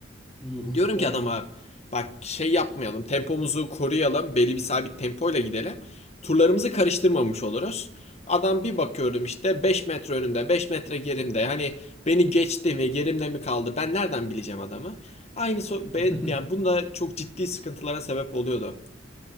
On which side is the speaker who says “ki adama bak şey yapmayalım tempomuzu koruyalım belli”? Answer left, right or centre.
Left